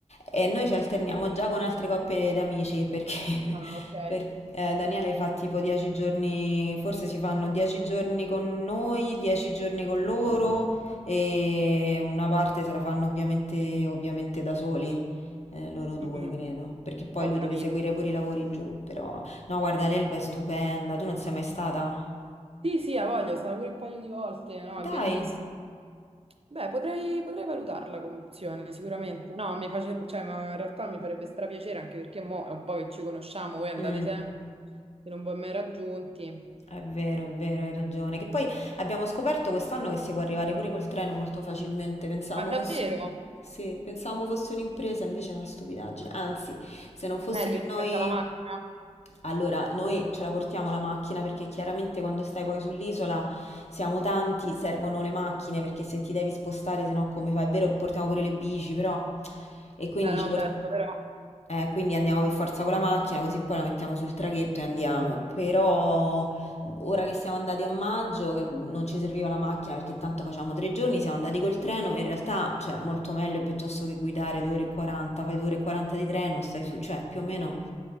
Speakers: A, on the left; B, on the right.
A: E noi ci alterniamo già con altre coppie di amici perché
B: Ah, ok.
A: <laughs> per- eh, Daniele fa tipo 10 giorni, forse si fanno 10 giorni con noi, 10 giorni con loro e una parte se la fanno ovviamente, ovviamente da soli, eh, loro due
B: Mm,
A: credo, perché poi
B: ho
A: lui
B: capito.
A: deve seguire pure i lavori giù, però no guarda l'Elba è stupenda, tu non sei mai stata?
B: Sì, sì, ha voglia, sarà pure un paio di volte, no, è
A: Dai!
B: bellissimo. Beh, potrei, potrei valutarla come opzione, sicuramente. No, mi face- cioè, ma in realtà mi farebbe strapiacere anche perché mo è un po' che ci conosciamo, voi andate
A: Mm.
B: sempre e non vi ho mai raggiunti.
A: È vero, è vero, hai ragione. Che poi abbiamo scoperto quest'anno che si può arrivare pure col treno molto facilmente. Pensavamo
B: Ma davvero?
A: fosse, sì, pensavamo fosse un'impresa, invece è una stupidaggine. Anzi, se non fosse
B: Meglio
A: che
B: rispetto
A: noi...
B: alla macchina?
A: Allora, noi ce la portiamo la macchina perché chiaramente quando stai poi sull'isola siamo tanti, servono le macchine perché se ti devi spostare, se no come fai? È vero, portiamo pure le bici, però... E quindi
B: Beh, no,
A: ci portiamo...
B: certo, però
A: Eh, quindi andiamo per forza con la macchina, così poi la mettiamo sul traghetto e andiamo. Però Ora che siamo andati a maggio, che non ci serviva la macchina perché tanto facciamo tre giorni, siamo andati col treno. In realtà, cioè, molto meglio piuttosto che guidare 2 ore e 40, fai 2 ore e 40 di treno, stai su, cioè, più o meno